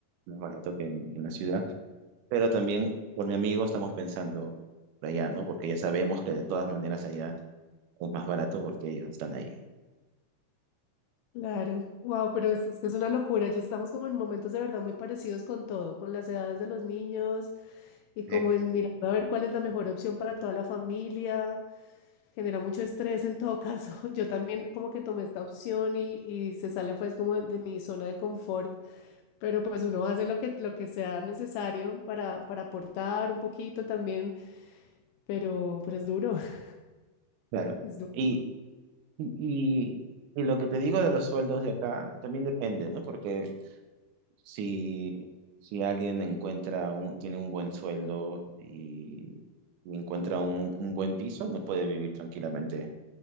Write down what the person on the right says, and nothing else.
no es más barato que en, que en la ciudad, pero también por mi amigo estamos pensando por allá, ¿no? Porque ya sabemos que de todas maneras allá es más barato porque ellos están ahí.
Sí.
Claro.
Y, y, y y lo que te digo de los sueldos de acá también depende, ¿no? Porque Si, si alguien encuentra un, tiene un buen sueldo y, y encuentra un, un buen piso, no puede vivir tranquilamente